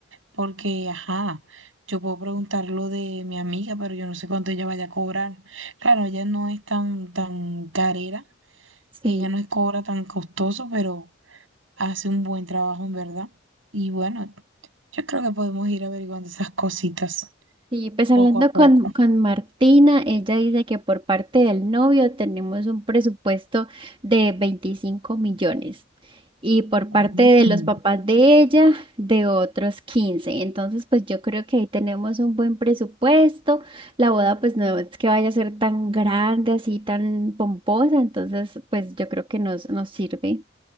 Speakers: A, on the right; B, on the right.
A: Porque, ajá, yo puedo preguntar lo de mi amiga, pero yo no sé cuánto ella vaya a cobrar. Claro, ella no es tan, tan carera,
B: Sí.
A: ella no es cobra tan costoso, pero hace un buen trabajo en verdad. Y bueno, yo creo que podemos ir averiguando esas cositas
B: Sí, pues
A: poco
B: hablando
A: a poco.
B: con, con Martina, ella dice que por parte del novio tenemos un presupuesto de 25 millones y por
A: Mm.
B: parte de los papás de ella de otros 15. Entonces, pues yo creo que ahí tenemos un buen presupuesto. La boda pues no es que vaya a ser tan grande, así tan pomposa, entonces pues yo creo que nos, nos sirve.